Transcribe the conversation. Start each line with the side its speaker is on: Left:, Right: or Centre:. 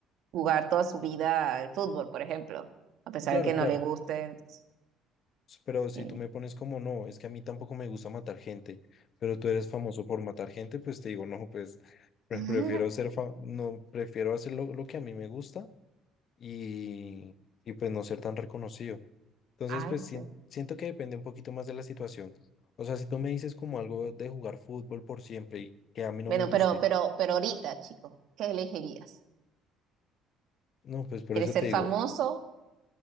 Right: jugar toda su vida al fútbol, por ejemplo, a pesar
Left: claro,
Right: de que no
Left: claro,
Right: le guste. entonces,
Left: s- pero si
Right: eh.
Left: tú me pones como, no, es que a mí tampoco me gusta matar gente, pero tú eres famoso por matar gente, pues te digo, no, pues <laughs> pre-
Right: <laughs>
Left: prefiero ser, fa- no, prefiero hacer lo, lo que a mí me gusta y, y pues no ser tan reconocido. Entonces,
Right: Ay,
Left: pues
Right: sí.
Left: sien- siento que depende un poquito más de la situación. O sea, si tú me dices como algo de jugar fútbol por siempre y que a mí no
Right: Bueno,
Left: me guste,
Right: pero, pero, pero ahorita, chico, ¿qué elegirías?
Left: no, pues por
Right: ¿Quieres
Left: eso
Right: ser
Left: te digo,
Right: famoso